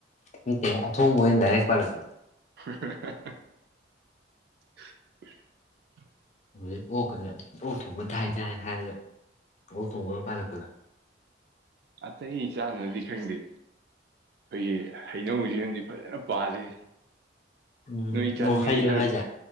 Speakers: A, on the left (about 40°); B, on the right (about 60°).
A: ꯅꯥꯠꯇꯦ ꯑꯊꯣꯡꯕ ꯑꯣꯏꯅ ꯗꯥꯏꯔꯦꯛ ꯄꯥꯂꯛꯄꯗ
B: <inaudible>
A: <unintelligible> ꯑꯣꯛ ꯊꯣꯡꯕ ꯊꯥꯏ ꯊꯥꯏ ꯍꯥꯏꯔꯒ ꯑꯣꯛ ꯊꯣꯡꯕꯒ ꯄꯥꯜꯂꯛꯄꯗꯣ
B: ꯑꯇꯩ ꯆꯥꯅꯗꯤ ꯈꯪꯗꯦ ꯑꯩ ꯍꯩꯅꯧꯁꯤ <unintelligible> ꯐꯖꯅ ꯄꯥꯜꯂꯤ
A: ꯎꯝ
B: ꯅꯣꯏ ꯆꯥꯅꯤꯡꯉꯗꯤ
A: ꯑꯣ ꯍꯩꯔꯣ
B: ꯈꯔ
A: ꯍꯥꯏꯁꯦ